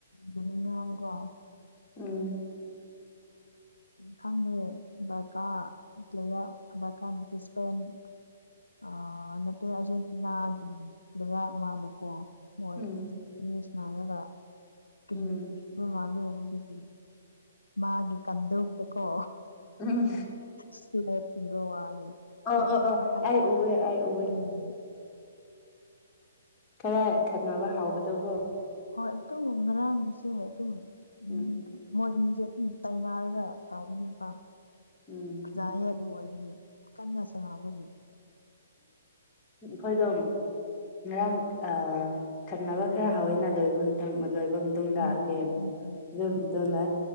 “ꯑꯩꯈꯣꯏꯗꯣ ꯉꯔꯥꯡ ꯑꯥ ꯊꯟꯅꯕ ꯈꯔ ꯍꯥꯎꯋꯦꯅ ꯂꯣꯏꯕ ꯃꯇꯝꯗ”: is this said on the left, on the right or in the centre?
Left